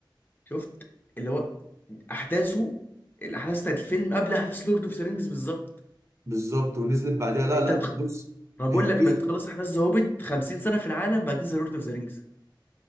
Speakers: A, on the left; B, on the right.
A: شفت اللي هو احداثه الاحداث بتاعت الفيلم قبل احداث لورد اوف ذا رينجز بالظبط
B: بالظبط ونزلت بعدها لا
A: انت
B: لا
A: تخ...
B: لا بص
A: انا بقول
B: هي قصه
A: لك انك تخلص احداث ذا هوبيت 50 سنه في العالم بعدين ذا لورد اوف ذا رينجز